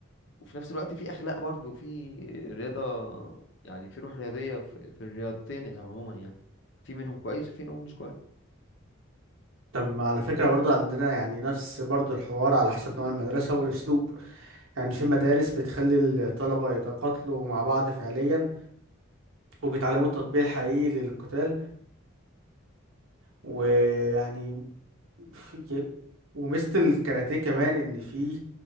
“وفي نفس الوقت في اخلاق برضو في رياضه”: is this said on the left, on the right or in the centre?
Left